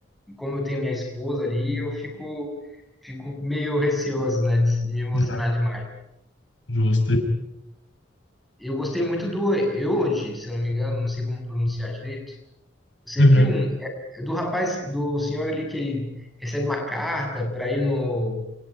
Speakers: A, in the centre; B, on the left (about 75°).
A: E como eu tenho minha esposa ali, eu fico, fico meio receoso, né? De me emocionar
B: não,
A: demais.
B: justo.
A: Eu gostei muito do Eulogy, se eu não me engano, não sei como pronunciar direito. Você
B: Uhum,
A: viu um é- é do rapaz, do senhor ali que ele recebe uma carta para ir no